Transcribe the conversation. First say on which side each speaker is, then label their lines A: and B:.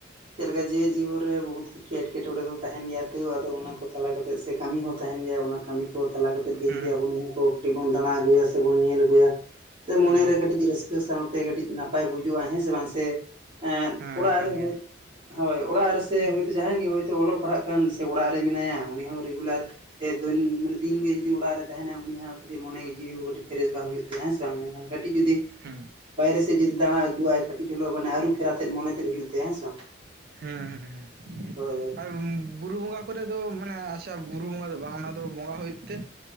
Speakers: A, on the right; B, on the right.
A: ᱪᱮᱫ ᱞᱮᱠᱟ ᱡᱮᱣᱮᱛ ᱡᱤᱵᱚᱱ ᱨᱮ ᱵᱚᱦᱩᱛ ᱮᱴᱠᱮᱴᱚᱬᱮ ᱫᱚ ᱛᱟᱦᱮᱱ ᱜᱮᱭᱟ ᱛᱟᱹᱣ ᱟᱫᱚ ᱚᱱᱟ ᱠᱚ ᱛᱟᱞᱟ ᱠᱟᱛᱮ ᱥᱮ ᱠᱟᱹᱢᱤ ᱦᱚᱸ ᱛᱟᱦᱮᱱ ᱜᱮᱭᱟ ᱚᱱᱟ ᱠᱟᱹᱢᱤ ᱠᱚ ᱛᱟᱞᱟ ᱠᱟᱛᱮ ᱡᱩᱫᱤ
B: ᱦᱮᱸ
A: ᱟᱵ ᱱᱤᱭᱟᱹ ᱠᱚ ᱠᱟᱹᱴᱤᱡ ᱵᱚᱱ ᱫᱟᱬᱟ ᱟᱹᱜᱩᱭᱟ ᱥᱮᱵᱚᱱ ᱧᱮᱞ ᱟᱹᱜᱩᱭᱟ ᱢᱚᱱᱮᱨᱮ
B: ᱦᱮᱸ
A: ᱠᱟᱹᱴᱤᱡ ᱨᱟᱹᱥᱠᱟᱹ ᱨᱟᱹᱥᱠᱟᱹ ᱥᱟᱶᱛᱮ ᱠᱟᱹᱴᱤᱡ ᱱᱟᱯᱟᱭ ᱵᱩᱡᱩᱜᱼᱟ ᱦᱮᱸ ᱥᱮ ᱵᱟᱝ ᱥᱮ
B: ᱦᱮᱸ
A: ᱚᱲᱟᱜ
B: ᱮᱠᱟᱞ
A: ᱨᱮ ᱦᱚ
B: ᱜᱮ
A: ᱦᱳᱭ ᱚᱲᱟᱜ ᱨᱮᱥᱮ ᱦᱚᱭᱛᱳ ᱡᱟᱦᱟᱸᱭ ᱜᱮ ᱦᱳᱭᱛᱳ ᱚᱞᱚᱜ ᱯᱟᱲᱦᱟᱜ ᱠᱟᱱ ᱥᱮ ᱚᱲᱟᱜ ᱨᱮ ᱢᱮᱱᱟᱭᱟ ᱩᱱᱤ ᱦᱚᱸ ᱨᱮᱜᱩᱞᱟᱨ ᱥᱮ <unintelligible> ᱢᱟᱱᱮ ᱫᱤᱱ ᱜᱮ ᱡᱩᱫᱤ ᱚᱲᱟᱜ ᱨᱮ ᱛᱟᱦᱮᱱᱟ ᱩᱱᱤᱭᱟᱜ ᱠᱟᱹᱴᱤᱡ ᱢᱚᱱᱮ ᱡᱤᱣᱤ ᱯᱷᱨᱮᱥ ᱵᱟᱝ ᱦᱩᱭᱩᱜ ᱦᱮᱸ ᱥᱮ ᱵᱟᱝ ᱢᱮᱱᱠᱷᱟᱱ ᱠᱟᱹᱴᱤᱡ ᱡᱩᱫᱤ
B: ᱦᱮᱸ
A: ᱵᱟᱭᱨᱮ ᱥᱮᱫ ᱡᱩᱫᱤ ᱫᱟᱬᱟ ᱟᱹᱜᱩᱼ ᱟᱭ ᱠᱟᱹᱴᱤᱡ ᱪᱚᱞᱚ ᱢᱟᱱᱮ ᱟᱹᱨᱩ ᱯᱷᱮᱨᱟᱛᱮᱫ ᱢᱚᱱᱮ ᱛᱮᱫ ᱦᱩᱭᱩᱜ ᱛᱟᱭᱟ ᱦᱮᱸᱥ ᱵᱟᱝ
B: ᱦᱩᱸ ᱦᱩᱸ ᱦᱩᱸ
A: ᱦᱳᱭ
B: ᱟᱨ ᱩ ᱵᱩᱨᱩ ᱵᱚᱸᱜᱟ ᱠᱚᱨᱮᱫᱚ ᱢᱟᱱᱮ ᱟᱪᱪᱷᱟ ᱵᱩᱨᱩ ᱵᱚᱸᱜᱟ ᱫᱚ ᱵᱟᱝ ᱚᱱᱟ ᱫᱚ ᱵᱚᱸᱜᱟ ᱦᱩᱭᱩᱜ ᱛᱮ